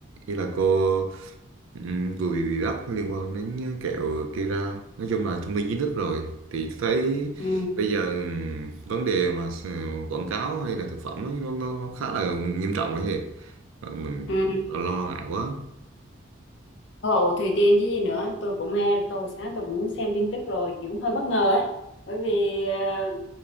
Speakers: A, on the right; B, on the left.
A: Ý là cô ừm, vừa bị bị bắt liên quan đến kẹo Kera. Nói chung là thông tin chính thức rồi. Thì tôi thấy
B: ừ,
A: bây giờ ừm, vấn đề mà s- quảng cáo hay là thực phẩm ấy, nó, nó, nó khá là nghiêm trọng ấy. Ờ, Mình
B: ừ.
A: lo, lo ngại quá.
B: Hộ Thùy Tiên chứ gì nữa. Tôi cũng nghe, tôi sáng tôi cũng xem tin tức rồi, kiểu hơi bất ngờ ấy. Bởi vì ờ,